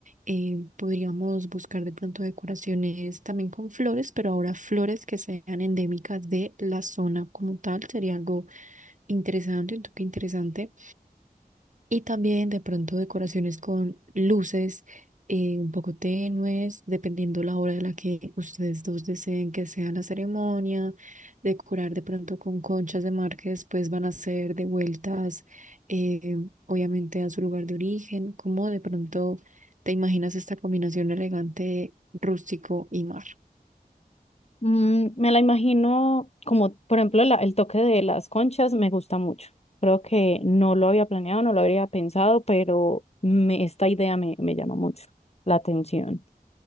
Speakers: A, on the right (about 55°); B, on the left (about 40°).
A: eh, podríamos buscar de pronto decoraciones también con flores, pero ahora flores que sean endémicas de la zona como tal, sería algo interesante, un toque interesante. Y también de pronto decoraciones con luces eh, un poco tenues, dependiendo la hora de la que ustedes dos deseen que sea la ceremonia. Decorar de pronto con conchas de mar que después van a ser devueltas, eh, obviamente, a su lugar de origen. ¿Cómo de pronto te imaginas esta combinación elegante, rústico y mar?
B: Mm, me la imagino como, por ejemplo, la- el toque de las conchas me gusta mucho. Creo que no lo había planeado, no lo habría pensado, pero me, esta idea me, me llama mucho la atención.